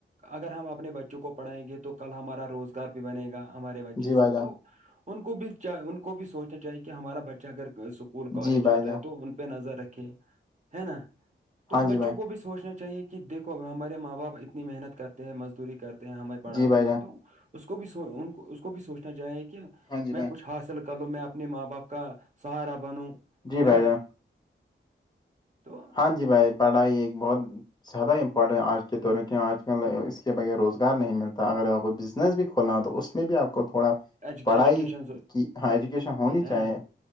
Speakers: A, on the right; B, on the left.
A: اگر ہم اپنے بچوں کو پڑھائیں گے تو کل ہمارا روزگار بھی بنے گا <inaudible> ہمارے بچے
B: جی بھائی
A: سے
B: جان
A: تو ان کو بھی ان کو بھی سوچنا چاہے کہ ہمارا بچہ اگر اسکول کالج
B: جی بھائی
A: آاتتا
B: جان
A: ہے تو ان پہ نظر رکھے ہے نا تو
B: ہاں
A: بچوں
B: جی بھائی
A: کو بھی سوچنا چاہیے کہ دیکو ہمارے ماں باپ اتنی محنت کرتے ہیں مزدوری کرتے ہیں ہمیں پڑھاتے
B: جی بھائی
A: ہیں
B: جان
A: تو اس کو بھی اس کو بھی سوچنا چاہیں گ کہ
B: ہاں جی بھائی
A: میں کچھ ہاص کر لو میں اپنے ماں باپ کا سہارا بنوں
B: جی بھائی
A: ہے نا
B: جان
A: تو
B: ہاں جی بھائی پڑھائی ایک بہت زیادہ امپورٹنٹ آج کے دور میں آج کل اس کے بغیر روزگار نہیں ملتا اگر آپ کو ب س بھی کھولنا ہے تو میں بھی آپ کو کو تھوڑا
A: ایجو-
B: پڑھائی
A: ایجوکیشن ضرور-
B: کی ہاں ایجوکیشن ہونی
A: ہے
B: چاہیے
A: نا